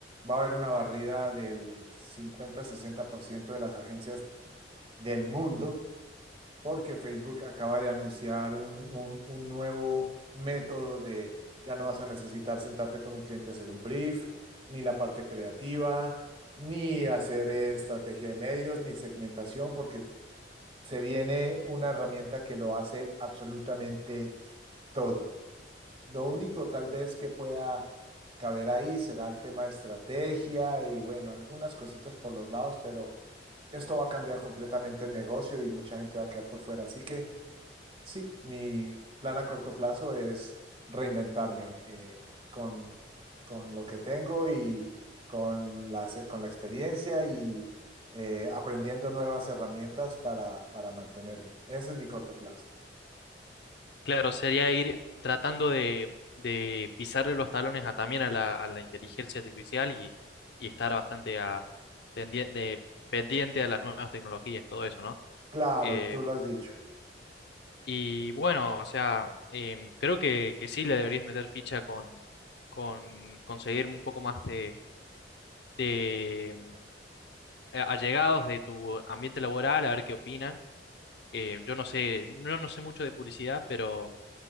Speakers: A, on the right; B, on the left.
A: va a haber una barrida del cincuenta sesenta por ciento de las agencias del mundo porque Facebook acaba de anunciar un, un- un nuevo método de ya no vas a necesitar sentarte con un cliente a hacer un brief, ni la parte creativa, ni hacer eh, estrategia de medios, ni segmentación, porque se viene una herramienta que lo hace absolutamente todo. Lo único tal vez que pueda caber ahí será el tema de estrategia y bueno, algunas cositas por los lados, pero esto va a cambiar completamente el negocio y mucha gente va a quedar por fuera. Así que... Sí, mi plan a corto plazo es reinventarme eh, con, con lo que tengo y con la, con la experiencia y eh, aprendiendo nuevas herramientas para, para mantenerme. Ese es mi corto plazo.
B: Claro, sería ir tratando de, de pisarle los talones a, también a la, a la inteligencia artificial y, y estar bastante a, tendie- de- pendiente a las nuevas tecnologías, todo eso, ¿no?
A: Claro,
B: Eh,
A: tú lo has dicho.
B: Y bueno, o sea, em, creo que, que sí le deberías meter ficha con, con conseguir un poco más de, de eh, allegados de tu ambiente laboral, a ver qué opinan. Eh, yo no sé, no, no sé mucho de publicidad, pero,